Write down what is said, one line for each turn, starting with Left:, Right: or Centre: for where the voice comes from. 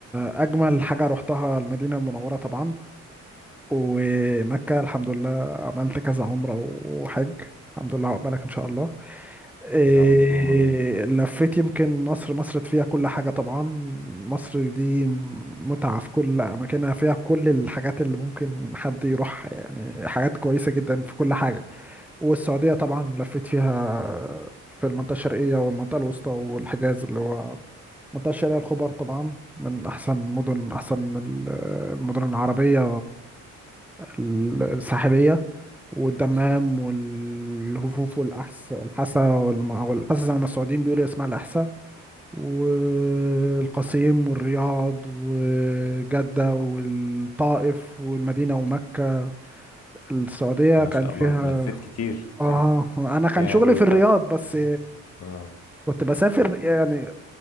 Centre: أجمل حاجة روحتها المدينة المنورة طبعا ومكة الحمد لله عملت كذا عمرة وحج الحمد لله عقبالك إن شاء الله إيه
Left: يا رب اللهم امين
Centre: لفيت يمكن مصر مصر فيها كل حاجة طبعا مصر دي متعة في كل أماكنها فيها في كل الحاجات اللي ممكن حد يروح يعني حاجات كويسة جدا في كل حاجة والسعودية طبعا لفيت فيها في المنطقة الشرقية والمنطقة الوسطى والحجاز اللي هو منطقة شارع الخبر طبعا من أحسن مدن أحسن ال- المدن العربية ال- الساحلية والدمام والهفوف والأحس الحسا والم- والأحسا زي ما السعوديين بيقولوا اسمها الأحسا والقصيم والرياض وجدة والطائف والمدينة ومكة السعودية
Left: ما
Centre: كان
Left: شاء
Centre: فيها
Left: الله انت لفيت كتير
Centre: آه
Left: <laughs>
Centre: أنا كان
Left: يعني
Centre: شغلي في الرياض
Left: طب
Centre: بس
Left: اه
Centre: كنت بسافر يعني